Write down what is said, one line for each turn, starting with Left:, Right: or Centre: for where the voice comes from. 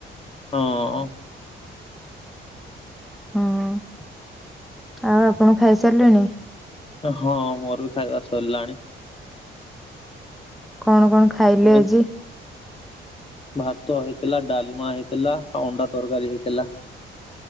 Left: ହଁ--ଅଁ
Centre: ହଁ--ଆଉ ଆପଣ ଖାଇସାରିଲେଣି?
Left: ହଁ ମୋର ବି ଖାଇବା ସରିଲାଣି।
Centre: କଣ କଣ ଖାଇଲେ
Left: ଏବେ
Centre: ଆଜି?
Left: ଭାତ ହେଇଥିଲା, ଡାଲ୍ମା ହେଇଥିଲା ଆଉ ଅଣ୍ଡା ତରକାରୀ ହେଇଥିଲା।